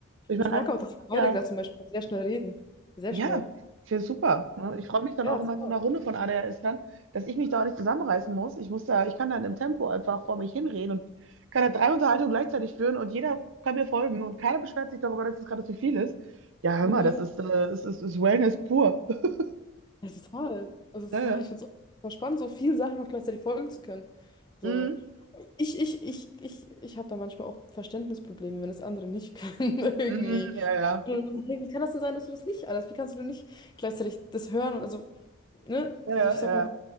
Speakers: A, on the right; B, on the left.
A: Ich
B: Ich
A: meine,
B: merke auch, dass wir beide
A: alle,
B: gerade zum Beispiel sehr schnell reden. Sehr
A: Ja,
B: schnell.
A: wäre super. Ne? Ich freue mich dann
B: Ja,
A: auch immer
B: total.
A: in so einer Runde von ADHS-Lern, dass ich mich da auch nicht zusammenreißen muss. Ich muss da, ich kann da in dem Tempo einfach vor mich hinreden und kann da drei Unterhaltungen gleichzeitig führen und jeder kann mir folgen und keiner beschwert sich darüber, dass es gerade zu viel ist. Ja, hör
B: Mhm.
A: mal, das ist, äh, es ist, ist Wellness pur. <laughs>
B: Ja, total. Also total.
A: Ja, ja.
B: Ich finde es auch total spannend, so vielen Sachen auch gleichzeitig folgen zu können. So.
A: Mhm.
B: Ich, ich, ich, ich, ich habe da manchmal auch Verständnisprobleme, wenn das andere nicht können, <laughs> irgendwie.
A: Mhm. Ja, ja.
B: Und dann so, Hey, wie kann das denn sein, dass du das nicht alles? Wie kannst du denn nicht gleichzeitig das hören? Und also ne,
A: Ja,
B: also
A: ja,
B: ich sag
A: ja.
B: mal,